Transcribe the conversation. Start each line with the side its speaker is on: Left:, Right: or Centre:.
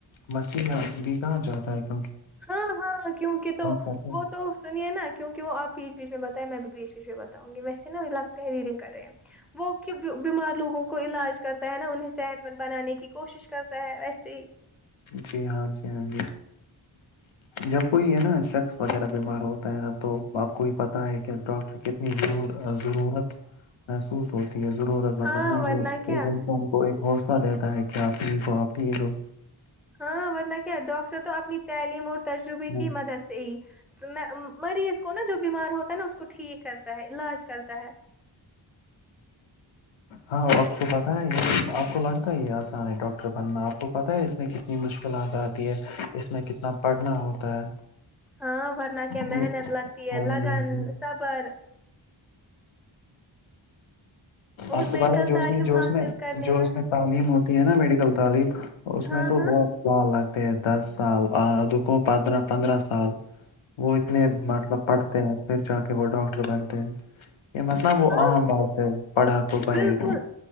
Left: مسیحہ بھی کہا جاتا ہے کہ
Centre: ہاں ہاں کیونکہ تو
Left: کرتا ہے
Centre: وہ تو سنیے نا کیونکہ وہ آپ بیچ بیچ میں مت ائیے میں بھی بیچ بیچ میں بھی مت اؤں گی میں تحریر کر رہے ہیں وہ کہ بیمار لوگوں کو کو علاج کرتا ہے نا انہیں صحت مند بنانے کی کوشش کرتا ہے ویسے ہی
Left: جی ہاں جی ہاں جی جب کوئی ہے نا شخص وغیرہ بیمار ہوتا ہے نا تو آپ کو بھی پتا ہے کہ ڈاکٹر ک کتنی ضرور آ ضرورت محسوس ہوتی ہے ضرورت مطلب
Centre: ہاں
Left: نا
Centre: ورنہ
Left: وہ
Centre: کیا
Left: ایک انسان کو ایک حوصلہ دیتا ہے کہ آپ ٹھیک ہو آپ ٹھیک ہو
Centre: ہاں ورنہ کیا ڈاکٹر تو اپنی تعلیم اور تجربے
Left: ہو
Centre: کی مدد سے ہی میں مریض کو نا جو بیمار ہوتا ہے نا اس کو ٹھیک کرتا ہے علاج کرتا ہے
Left: ہاں آپ کو پتہ ہے یہ آپ کو لگتا ہے یہ آسان ہے ڈاکٹر بنا آپ کو پتاہ ہے اس میں ک کی مشکلات آتی ہے اس میں کتنا پڑھنا ہوتا ہے
Centre: ہاں ورنہ کیا
Left: ہاں
Centre: محنت لگتی ہے لگن
Left: جی ہاں جی
Centre: صبر اور
Left: آپ
Centre: میڈیکل
Left: کی بات ہے جو
Centre: تعلیم
Left: اس میں جو
Centre: حاصل
Left: اس میں
Centre: کرنے
Left: جو اس میں تعلیم ہوتی ہے نا میڈیکل تعلیم اس
Centre: ہاں
Left: میں تو
Centre: ہاں
Left: بہت سال لگتے ہیں دس سال رکوں پندرہ پندرہ سال وہ اتنے مطلب پڑھتے ہیں پھر جا کے وہ ڈاکٹر بنتے ہیں یہ مطلب وہ
Centre: ہاں
Left: عام بات ہے پڑھا تو
Centre: بالکل
Left: بنے